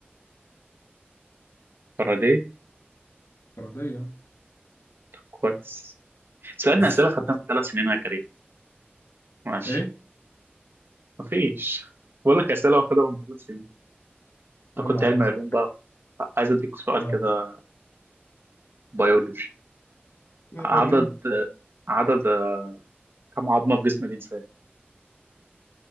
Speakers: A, on the right; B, on the left.
A: فاراداي
B: فاراداي آه.
A: كويس سألنا
B: <laughs>
A: أسئلة خدتها من ثلاث سنين يا كريم ماشي
B: إيه؟
A: مفيش بقول لك أسئلة واخدها من ثلاث سنين
B: عم
A: أنت كنت
B: عادي
A: علمي علوم بقى عايز أديك سؤال
B: أه
A: كده بيولوجي
B: لا،
A: عدد
B: وريني
A: عدد آه، كم عظمة في جسم الإنسان؟